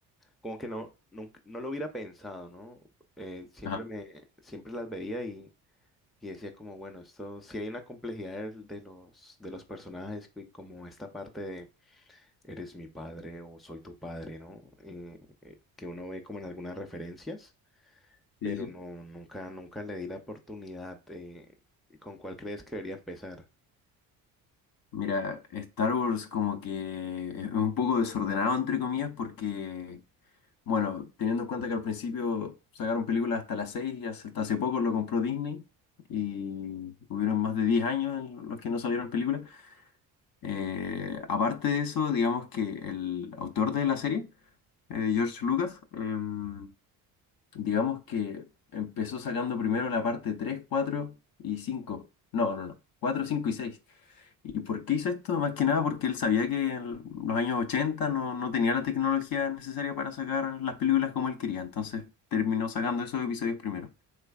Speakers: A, in the centre; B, on the left (about 50°).
A: como que no, nunca- no lo hubiera pensado, ¿no? Eh, siempre
B: Ajá.
A: me, siempre las veía y Y decía como, bueno, esto, si hay una complejidad de, de los, de los personajes, que como esta parte de eres mi padre o soy tu padre, ¿no? Eh, eh, que uno ve como en algunas referencias, pero
B: Sí, sí.
A: no,
B: sí.
A: nunca, nunca le di la oportunidad. eh, ¿con cuál crees que debería empezar?
B: Mira, Star Wars como que es un poco desordenado, entre comillas, porque, bueno, teniendo en cuenta que al principio sacaron películas hasta las 6 y hace- hasta hace poco lo compró Disney y hubieron más de 10 años en los que no salieron películas. Eh, aparte de eso, digamos que el autor de la serie, eh, George Lucas, em, digamos que empezó sacando primero la parte 3, 4 y 5. No, no, no. cuatro, 5 y 6. ¿Y por qué hizo esto? Más que nada porque él sabía que en los años 80 no, no tenía la tecnología necesaria para sacar las películas como él quería. Entonces terminó sacando esos episodios primero.